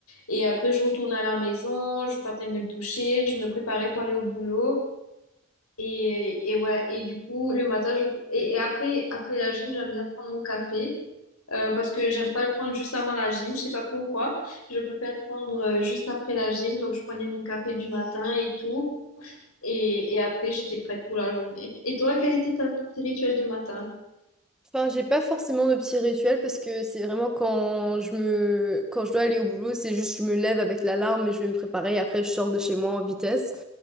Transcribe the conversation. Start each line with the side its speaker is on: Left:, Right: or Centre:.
Left: Et après, je retournais à la maison, je partais me doucher, je me préparais pour aller au boulot. Et, et ouais, et du coup, le matin, je- et, et après, après la gym, j'aime bien prendre mon café. euh, parce que j'aime pas le prendre juste avant la gym, je sais pas pourquoi. Je préfère le prendre euh, juste après la gym, donc je prenais mon café du matin et tout. Et, et après, j'étais prête pour la journée. Et toi, quel était ta- ton petit rituel du matin?
Centre: Enfin, j'ai pas forcément de petits rituels parce que c'est vraiment quand je me quand je dois aller au boulot, c'est juste je me lève avec l'alarme et je vais me préparer. Après, je sors de chez moi en vitesse.